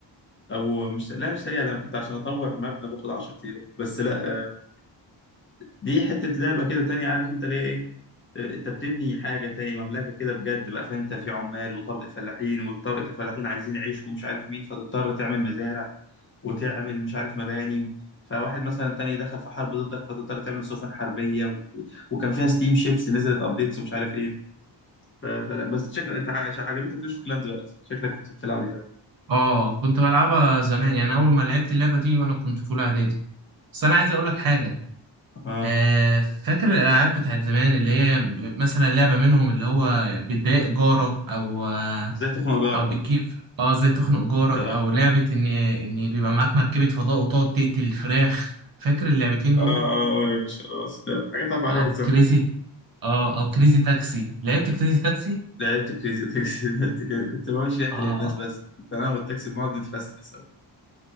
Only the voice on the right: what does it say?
اه كنت بلعبها زمان يعني اول ما لعبت اللعبه دي وانا كنت في اولى اعدادي بس انا عايز اقول لك حاجه
آه فاكر الالعاب بتاعت زمان اللي هي مثلا لعبه منهم اللي هو بتضايق جارك او آه
او بتجيب اه زي تخنق جارك
او لعبه ان ان بيبقى معاك مركبه فضاء وتقعد تقتل الفراخ فاكر اللعبتين دول
او
كريزي اه او كريزي تاكسي لعبت كريزي تاكسي
اه